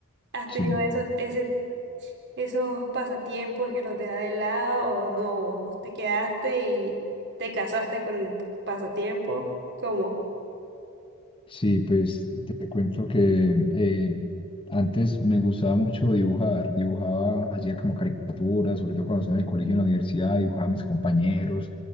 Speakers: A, on the right (about 55°); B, on the left (about 25°).
A: has
B: sí.
A: tenido esos, ese, esos pasatiempos que los dejas de lado o no, vos, vos te quedaste y te casaste con el pasatiempo. ¿Cómo?
B: Sí, pues te cuento que eh, antes me gustaba mucho dibujar, dibujaba, hacía como caricaturas, sobre todo cuando estaba en el colegio, en la universidad, dibujaba a mis compañeros